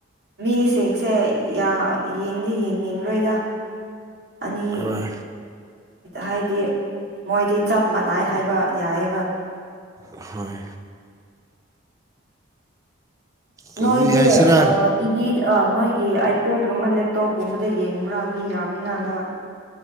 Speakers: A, on the right; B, on the right.
A: ꯃꯤꯁꯤꯡꯁꯦ ꯌꯦꯡꯗꯤ ꯌꯦꯡꯅꯤꯡꯂꯣꯏꯗ ꯑꯅꯤ
B: ꯍꯣꯏ
A: ꯍꯥꯏꯗꯤ ꯃꯣꯏꯗꯤ ꯆꯞ ꯃꯥꯟꯅꯩ ꯍꯥꯏꯕ ꯌꯥꯏꯌꯦꯕ꯫
B: ꯍꯣꯏ꯫ ꯀꯔꯤ
A: ꯅꯣꯏꯗꯤ
B: ꯍꯥꯏꯁꯤꯔꯥ
A: ꯑ꫰꫰ ꯀꯤꯚꯤ ꯅꯣꯏꯒꯤ ꯑꯥꯏꯄꯦꯗꯀꯨꯝꯕ ꯂꯦꯞꯇꯣꯞꯀꯨꯝꯕꯗ ꯌꯦꯡꯕ꯭ꯔꯥ ꯃꯤ ꯌꯥꯝꯃꯤꯅꯥ ꯅꯣꯏ꯫